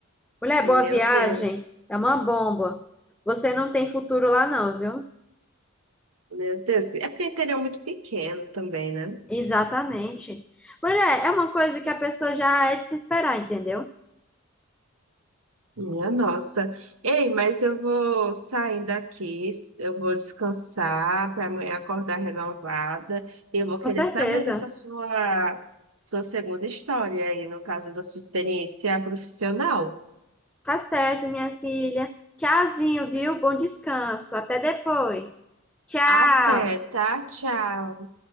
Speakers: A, in the centre; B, on the right.
A: Mulher,
B: Meu
A: Boa Viagem
B: Deus,
A: é uma bomba. Você não tem futuro lá não, viu?
B: meu Deus. É porque o interior é muito pequeno também, né?
A: Exatamente. Mulher, é uma coisa que a pessoa já é de se esperar, entendeu?
B: Minha nossa. Ei, mas eu vou saindo aqui, eu vou descansar para amanhã acordar renovada. E eu vou querer
A: Com certeza.
B: saber dessa sua, sua segunda história aí, no caso da sua experiência profissional.
A: Tá certo, minha filha. Tchauzinho, viu? Bom descanso. Até depois. Tchau.
B: Até, tá? Tchau.